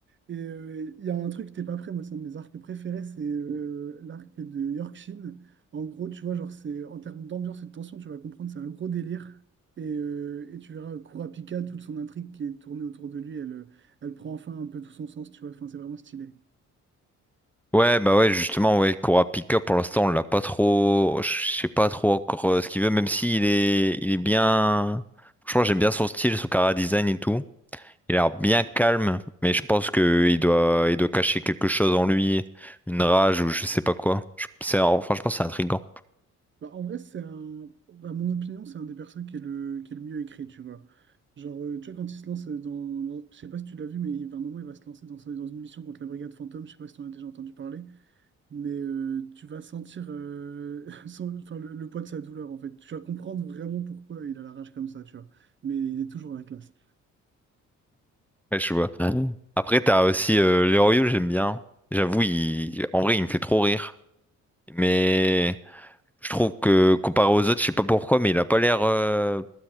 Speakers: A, on the right; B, in the centre.
A: Et euh, il y a un truc, t'es pas prêt, moi c'est un de mes arcs préférés, c'est euh, l'arc de Yorkshin. En gros, tu vois, genre c'est en termes d'ambiance et de tension, tu vas comprendre, c'est un gros délire. Et, euh, et tu verras Kurapika, toute son intrigue qui est tournée autour de lui, elle, euh, elle prend enfin un peu tout son sens, tu vois, enfin c'est vraiment stylé.
B: Ouais, bah ouais, justement, ouais, Kurapika, pour l'instant, on l'a pas trop, je sais pas trop encore euh, ce qu'il veut, même si il est, il est bien, franchement, j'aime bien son style, son cara design et tout. Il a l'air bien calme, mais je pense que il doit, il doit cacher quelque chose en lui, une rage ou je sais pas quoi. Je- C'est, franchement, c'est intriguant.
A: Bah, en vrai, c'est un... à mon opinion, c'est un des persos qui est le... qui est le mieux écrit, tu vois. Genre, euh, tu vois, quand il se lance dans... dans- Je sais pas si tu l'as vu, mais il va un moment, il va se lancer dans, son- dans une mission contre la Brigade Fantôme. Je sais pas si tu en as déjà entendu parler. Mais euh, tu vas sentir euh, <laughs> son- enfin, le, le poids de sa douleur, en fait. Tu vas comprendre vraiment pourquoi il a la rage comme ça, tu vois. Mais il est toujours la classe.
B: Ouais, je vois. Ouais. Après, t'as aussi euh, Leroyou, j'aime bien. J'avoue, il- en vrai, il me fait trop rire. Mais je trouve que comparé aux autres, je sais pas pourquoi, mais il a pas l'air, euh,